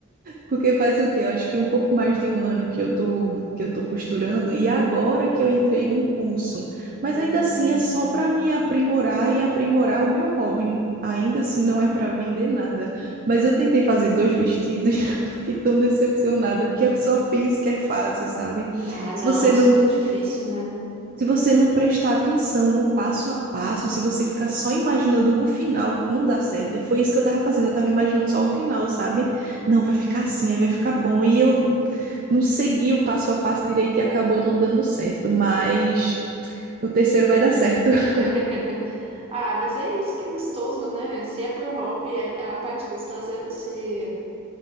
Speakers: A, on the right; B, on the right.
A: Porque faz o quê? Eu acho que um pouco mais de um ano que eu tô, que eu tô costurando e agora que eu entrei num curso. Mas
B: Hum.
A: ainda assim é só para me aprimorar e aprimorar o meu hobby. Ainda assim não é para vender nada. Mas eu tentei fazer dois vestidos, <laughs> fiquei tão decepcionada, porque a pessoa pensa que é fácil, sabe?
B: Ah, não,
A: Se você
B: é
A: não
B: super difícil, né?
A: se você não prestar atenção no passo a passo, se você ficar só imaginando o final, não dá certo. E foi isso que eu tava fazendo, eu tava imaginando só o final, sabe? Não, vai ficar assim, aí vai ficar bom. E eu não segui o passo a passo direito e acabou não dando certo, mas o terceiro vai dar certo. <laughs>
B: <laughs> Ah, mas é isso que é gostoso, né? Se é por hobby, é, é a parte gostosa é você